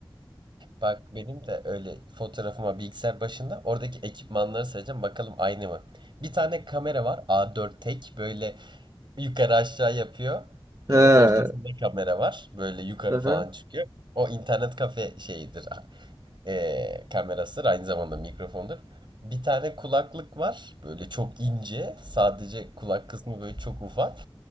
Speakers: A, on the right; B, on the right.
A: Bak benim de öyle fotoğrafıma bilgisayar başında oradaki ekipmanları sayacağım bakalım aynı mı? Bir tane kamera var A4 tek böyle yukarı aşağı yapıyor.
B: <laughs>
A: Ee,
B: He.
A: ortasında kamera var böyle yukarı
B: Aha.
A: falan çıkıyor. O internet kafe şeyidir ee, kamerasıdır aynı zamanda mikrofondur. Bir tane kulaklık var böyle çok ince sadece kulak kısmı böyle çok ufak.